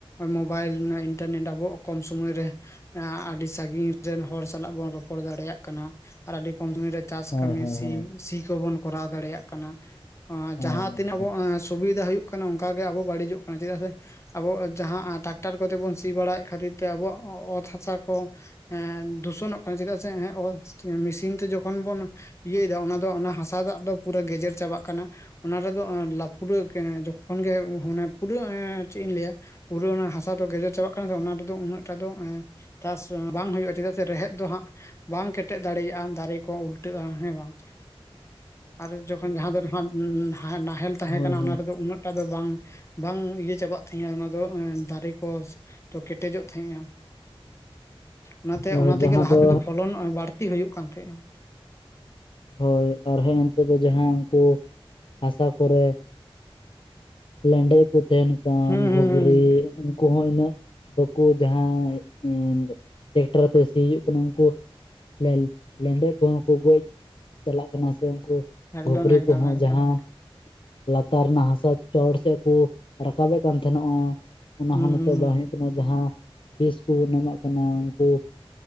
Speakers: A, on the left; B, on the left.
A: ᱢᱳᱵᱟᱭᱤᱞ ᱤᱱᱴᱟᱨᱱᱮᱴ ᱟᱵᱚᱣᱟᱜ ᱠᱚᱢ ᱥᱚᱢᱚᱭ ᱨᱮ ᱟᱹᱰᱤ ᱥᱟᱹᱜᱤᱧ ᱨᱮᱱ ᱦᱚᱲ ᱥᱟᱞᱟᱜ ᱵᱚᱱ ᱨᱚᱯᱚᱲ ᱫᱟᱲᱮᱭᱟᱜ ᱠᱟᱱᱟ ᱟᱨ ᱟᱹᱰᱤ ᱠᱚᱢ ᱥᱚᱢᱚᱭ ᱨᱮ ᱪᱟᱥ
B: ᱦᱳᱭ
A: ᱠᱟᱹᱢᱤ
B: ᱦᱳᱭ
A: ᱥᱤ
B: ᱦᱳᱭ
A: ᱥᱤ ᱠᱚᱵᱚᱱ ᱠᱚᱨᱟᱣ ᱫᱟᱲᱮᱭᱟᱜ ᱠᱟᱱᱟ ᱾
B: ᱦᱳᱭ
A: ᱡᱟᱦᱟᱸ ᱛᱤᱱᱟᱹᱜ
B: ᱦᱳᱭ
A: ᱵᱚ ᱥᱩᱵᱤᱫᱷᱟ ᱦᱩᱭᱩᱜ ᱠᱟᱱᱟ ᱚᱱᱠᱟᱜ ᱜᱮ ᱟᱵᱚ ᱵᱟᱹᱲᱤᱡᱚᱜ ᱠᱟᱱᱟ, ᱪᱮᱫᱟᱜ ᱥᱮ ᱟᱵᱚ ᱡᱟᱦᱟᱸ ᱴᱟᱠᱴᱟᱨ ᱠᱚᱛᱮ ᱵᱚᱱ ᱥᱤ ᱵᱟᱲᱟᱭᱮᱫ ᱠᱷᱟᱹᱛᱤᱨ ᱛᱮ ᱟᱵᱚᱣᱟᱜ ᱚᱛ ᱦᱟᱥᱟ ᱠᱚ, ᱮᱸ ᱫᱩᱥᱚᱱᱚᱜ ᱠᱟᱱᱟ ᱪᱮᱫᱟᱜ ᱥᱮ ᱢᱮᱥᱤᱱ ᱛᱮ ᱡᱚᱠᱷᱚᱱ ᱵᱚᱱ ᱤᱭᱟᱹᱭᱮᱫᱟ ᱚᱱᱟ ᱫᱚ ᱚᱱᱟ ᱦᱟᱥᱟ ᱫᱟᱜ ᱫᱚ ᱯᱩᱨᱟᱹ ᱜᱮᱡᱮᱨ ᱪᱟᱵᱟᱜ ᱠᱟᱱᱟ ᱚᱱᱟ ᱨᱮᱫᱚ ᱯᱩᱨᱟᱹ <unintelligible> ᱢᱟᱱᱮ ᱯᱩᱨᱟᱹ ᱪᱮᱫ ᱤᱧ ᱞᱟᱹᱭᱟ! ᱯᱩᱨᱟᱹ ᱚᱱᱟ ᱦᱟᱥᱟ ᱫᱚ ᱜᱮᱡᱮᱨ ᱪᱟᱵᱟᱜ ᱠᱟᱱᱟ ᱚᱱᱟ ᱨᱮᱫᱚ ᱩᱱᱟᱹᱜᱴᱟᱜ ᱫᱚ ᱮᱸ ᱪᱟᱥ ᱵᱟᱝ ᱦᱩᱭᱩᱜᱼᱟ ᱪᱮᱫᱟᱜ ᱥᱮ ᱨᱮᱦᱮᱫ ᱫᱚ ᱦᱟᱸᱜ ᱵᱟᱝ ᱠᱮᱴᱮᱡ ᱫᱟᱲᱮᱭᱟᱜᱼᱟ ᱫᱟᱨᱮ ᱠᱚ ᱩᱞᱴᱟᱹᱜᱼᱟ ᱦᱮᱸ ᱵᱟᱝ? ᱟᱨ ᱡᱚᱠᱷᱚᱱ ᱡᱟᱦᱟᱸ ᱫᱚ ᱱᱟᱜ ᱱᱟᱦᱮᱞ ᱛᱟᱦᱮᱸ
B: ᱦᱳᱭ
A: ᱠᱟᱱᱟ
B: ᱦᱳᱭ
A: ᱚᱱᱟ ᱨᱮᱫᱚ ᱩᱱᱟᱹᱜ ᱮᱴᱟᱜ ᱫᱚ ᱵᱟᱝ ᱵᱟᱝ ᱤᱭᱟᱹ ᱪᱟᱵᱟᱜ ᱛᱟᱦᱮᱸᱼᱟ ᱚᱱᱟ ᱫᱚ ᱫᱟᱨᱮ ᱠᱚ, ᱛᱚ ᱠᱮᱴᱮᱡᱚᱜ ᱛᱟᱦᱮᱸᱼᱟ ᱚᱱᱟᱛᱮ
B: ᱡᱟᱦᱟᱸ
A: ᱚᱱᱟ ᱛᱮᱜᱮ ᱞᱟᱦᱟ
B: ᱫᱚ
A: ᱛᱮᱫᱚ ᱯᱷᱚᱞᱚᱱ ᱵᱟᱹᱲ ᱛᱤ ᱦᱩᱭᱩᱜ ᱠᱟᱱ ᱛᱟᱦᱮᱸᱜᱼᱟ ᱾
B: ᱦᱳᱭ ᱟᱨ ᱦᱮᱸ ᱱᱤᱛᱚᱜ ᱫᱚ ᱡᱟᱦᱟᱸ ᱩᱱᱠᱩ ᱦᱟᱥᱟ ᱠᱚᱨᱮ, ᱞᱮᱸᱰᱮᱡ ᱠᱚ ᱛᱟᱦᱮᱱ ᱠᱟᱱ
A: ᱦᱩᱸ
B: ᱜᱷᱩᱜᱽᱲᱤ
A: ᱦᱩᱸ ᱦᱩᱸ
B: ᱩᱱᱠᱩ ᱦᱚᱸ ᱤᱱᱟᱹᱜ ᱵᱟᱠᱩ ᱡᱟᱦᱟᱸ ᱮᱸᱰᱮᱡ ᱴᱮᱠᱴᱟᱨ ᱟᱛᱮ ᱥᱤ ᱦᱩᱭᱩᱜ ᱠᱟᱱᱟ ᱩᱱᱠᱩ, ᱞᱮᱞ ᱞᱮᱸᱰᱮᱡ ᱠᱚᱦᱚᱸ ᱠᱚ ᱜᱚᱡ ᱪᱟᱞᱟᱜ ᱠᱟᱱᱟ ᱥᱮ ᱩᱱᱠᱩ ᱾
A: ᱮᱠᱫᱚᱢ
B: ᱜᱷᱩᱜᱽᱨᱤ
A: ᱮᱠᱫᱚᱢ
B: ᱠᱚᱦᱚᱸ
A: ᱮᱠᱫᱚᱢ
B: ᱡᱟᱦᱟᱸ, ᱞᱟᱛᱟᱨ ᱨᱮᱱᱟᱜ ᱦᱟᱥᱟ ᱪᱚᱴ ᱥᱮᱫ ᱠᱚ ᱨᱟᱠᱟᱵᱮᱫ ᱠᱟᱱ ᱛᱟᱦᱮᱱᱚᱜᱼᱟ ᱾ ᱚᱱᱟᱦᱚᱸ
A: ᱦᱩᱸ
B: ᱱᱤᱛᱚᱜ
A: ᱦᱩᱸ
B: ᱵᱟᱝ ᱦᱩᱭᱩᱜ ᱠᱟᱱᱟ ᱡᱟᱦᱟᱸ ᱵᱤᱥ ᱠᱚ ᱮᱢᱟᱜ ᱠᱟᱱᱟ ᱩᱱᱠᱩ,